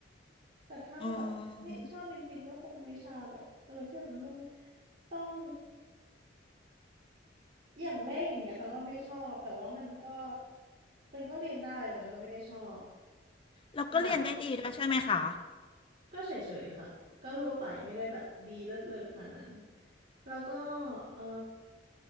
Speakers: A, on the right; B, on the left.
A: แต่ถ้าแบบไม่ชอบจริงๆก็คงเป็นวิชาแบบเออที่แบบมันต้อง
B: อืม
A: ต้องอย่างเลขอย่างเงี้ยตองก็ไม่ชอบแต่ว่ามันก็ตองก็เรียนได้แต่มันก็ไม่ได้ชอบ
B: เราก็เรียนได้ดีด้วยใช่ไหมคะ
A: แบบ ก็เฉยๆค่ะก็ทั่วไปไม่ได้แบบดีเลิศเลอขนาดนั้นแล้วก็เออ